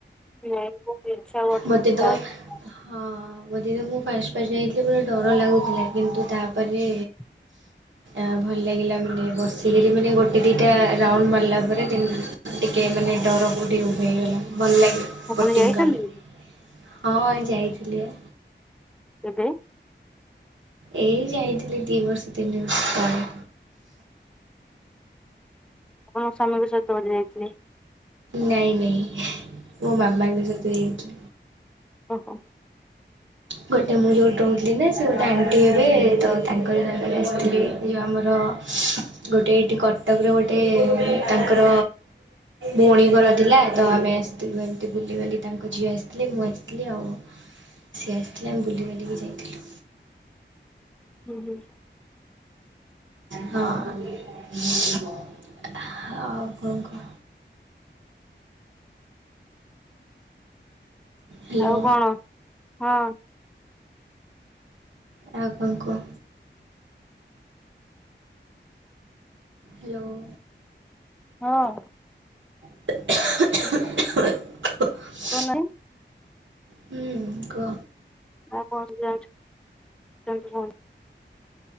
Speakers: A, in the centre; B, on the right.
A: ନାଇଁ ବହୁତ ଇଚ୍ଛା କରୁଛି
B: ମୋତେ
A: କିନ୍ତୁ
B: ତ
A: ଯାଇନେଇ।
B: ହଁ ବୋଧେ ତ ମୁଁ ଫାଷ୍ଟ ଫାଷ୍ଟ ଯାଇଥିଲି ପୁରା ଡ଼ର ଲାଗୁଥିଲା କିନ୍ତୁ ତାପରେ
A: ହ
B: ଆଁ ଭଲ ଲାଗିଲା ମାନେ ବସିକିରି ମାନେ ଗୋଟେ ଦିଇଟା ରାଉଣ୍ଡ ମାରିଲା ପରେ ଦେନ୍। ଟିକେ ମାନେ ଡ଼ର କୋଉଠି ଉଭେଇଗଲା ଭଲ ଲାଗେ।
A: ଆପଣ
B: ବୋଟିଂଙ୍ଗ
A: ଯାଇଛନ୍ତି
B: କଲେ, ହଁ ଯାଇଥିଲି ବା।
A: ତୋ ବୋଉ?
B: ଏଇ ଯାଇଥିଲି ଦି ବର୍ଷ ତିନି ବର୍ଷ ତଳେ।
A: ହଁ ମୋ ସ୍ୱାମୀ ବି ସେତଳେ ଯାଇଥିଲେ।
B: ନାଇଁ ନାଇ ମୋ ମାମାଙ୍କ ସହିତ ଯାଇଥିଲି।
A: ଓହୋ।
B: ଗୋଟେ ମୁଁ ଯୋଉଠି ରହୁଥିଲି ନା ସେ ଗୋଟେ ଆଣ୍ଟି ହେବେ ତ ତାଙ୍କରି ସାଙ୍ଗରେ ଆସିଥିଲି। ଏ ଯୋଉ ଆମର ଗୋଟେ ଏଇଠି କ ଟକରେ ଗୋଟେ ତାଙ୍କର ଭଉଣୀ ଘର ଥିଲା ତ ଆମେ ଆସିଥିଲୁ ଏମତି ବୁଲିବାଲି। ତାଙ୍କ ଝିଅ ଆସିଥିଲେ, ମୁଁ ଆସିଥିଲି, ଆଉ ସିଏ ଆସିଥିଲେ ଆମେ ବୁଲିବାଲିକି ଯାଇଥିଲୁ।
A: ହୁଁ, ହୁଁ।
B: ହଁ, ହଁ ଆଉ କଣ କହ? ହ୍ୟାଲୋ
A: ଆଉ କଣ? ହଁ
B: ଆଉ କଣ କୁହ? ହ୍ୟାଲୋ।
A: ହଁ
B: <inaudible>
A: କଣ ନାହିଁ?
B: ହୁଁ କୁହ।
A: <unintelligible>